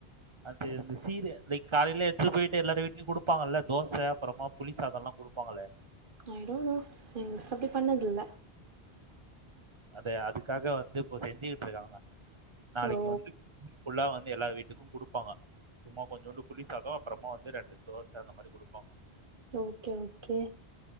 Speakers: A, on the right (about 35°); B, on the right (about 55°).
A: அது இந்த சீர் லைக் காலையில எடுத்துட்டு போயிட்டு எல்லாரு வீட்டுலயு குடுப்பாங்கல்ல தோச அப்புறோமா புளி சாதோ எல்லா குடுப்பாங்கலே
B: ஐ டோன்ட் நோ எங்களுக்கு அப்டி பண்ணதில்ல
A: அத அதுக்காக வந்து இப்ப செஞ்சுக்கிட்ருக்காங்க நாளைக்கு
B: ஓ
A: வந்து ஃபுல்லா வந்து எல்லா வீட்டுக்கு கொடுப்பாங்க சும்மா கொஞ்சோண்டு புளி சாதோ அப்புறமா வந்து ரெண்டு தோச அந்த மாரி கொடுப்பாங்க
B: ஓகே ஓகே